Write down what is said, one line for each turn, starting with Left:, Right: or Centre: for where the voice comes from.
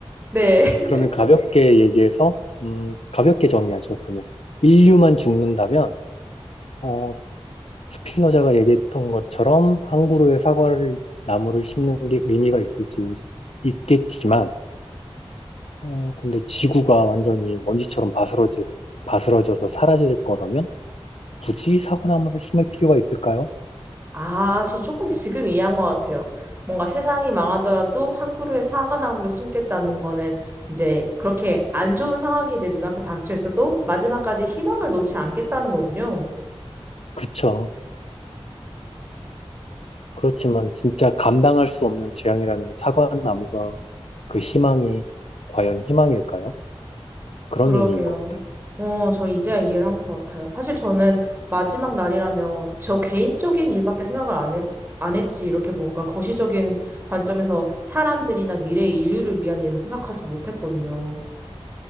Right: 네. <laughs>
Left: 그러면 가볍게 얘기해서, 음, 가볍게 정리하죠. 그러면 인류만 죽는다면, 어, 스피노자가 얘기했던 것처럼 한 그루의 사과를, 나무를 심는 게 의미가 있을지 있겠지만, 어, 근데 지구가 완전히 먼지처럼 바스러져, 바스러져서 사라질 거라면 굳이 사과나무를 심을 필요가 있을까요?
Right: 아, 저 조금 지금 이해한 것 같아요. 뭔가 세상이 망하더라도 한 그루의 사과나무를 심겠다는 거는 이제 그렇게 안 좋은 상황이 내 눈앞에 닥쳐 있어도 마지막까지 희망을 놓지 않겠다는 거군요.
Left: 그쵸. 그렇지만 진짜 감당할 수 없는 재앙이라는 사과나무가 그 희망이 과연 희망일까요? 그런
Right: 그러게요.
Left: 의미인 것 같아요.
Right: 어, 저 이제야 이해를 한 것 같아요. 사실 저는 마지막 날이라면 저 개인적인 일밖에 생각을 안 했, 안 했지, 이렇게 뭔가 거시적인 관점에서 사람들이나 미래의 인류를 위한 일은 생각하지 못했거든요.